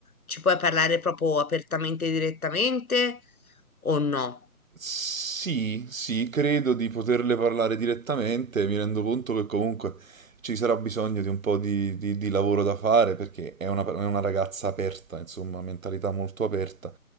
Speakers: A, on the left; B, on the right.
A: ci puoi parlare proprio apertamente e direttamente o no?
B: Sì, sì, credo di poterle parlare direttamente, mi rendo conto che comunque ci sarà bisogno di un po' di, di- di lavoro da fare, perché è una è una ragazza aperta, insomma, mentalità molto aperta